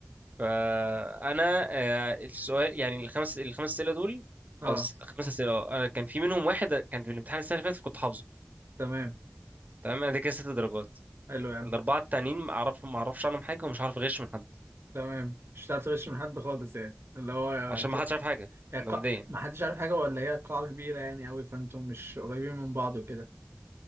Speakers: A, on the right; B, on the right.
A: فانا آه، السؤال يعني الخمس الخمس اسئله دول
B: اه
A: او الس- خمس اسئله آه، انا كان في منهم واحد كان في الامتحان السنه اللي فاتت كنت حافظه
B: تمام
A: تمام انا ده كده ست درجات
B: حلو يا عم
A: الاربعه التانيين ما اعرف ما اعرفش عنهم حاجه ومش عارف اغش من حد
B: تمام مش هتعرف تغش من حد خالص يعني اللي هو انتوا
A: عشان ما حدش عارف حاجه
B: يعني
A: ده
B: قا...
A: مبدئيا
B: ما حدش عارف حاجه ولا هي قاعه كبيره يعني قوي فانتوا مش قريبين من بعض وكده